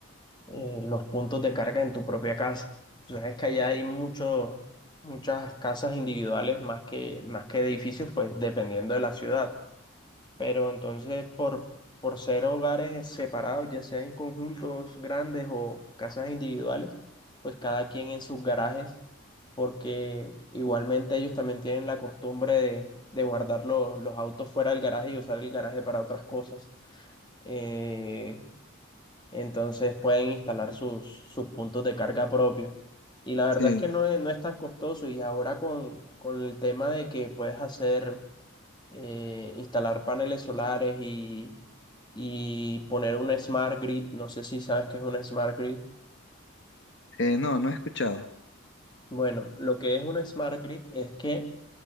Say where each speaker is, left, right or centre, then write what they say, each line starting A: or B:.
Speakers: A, on the left; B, on the left.
A: eh, los puntos de carga en tu propia casa. Tú sabes que allá hay muchos muchas casas individuales más que, más que edificios, pues dependiendo de la ciudad. Pero entonces, por, por ser hogares separados, ya sea en conjuntos grandes o casas individuales, pues cada quien en sus garajes, porque igualmente ellos también tienen la costumbre de, de guardar los, los autos fuera del garaje y usar el garaje para otras cosas. Eh, entonces pueden instalar sus, sus puntos de carga propios. Y la verdad
B: Sí,
A: es que no es, no es tan costoso. Y ahora con, con el tema de que puedes hacer, eh, instalar paneles solares y, y poner un smart grid, no sé si sabes qué es un smart grid.
B: Eh, no, no he escuchado.
A: Bueno, lo que es un smart grid es que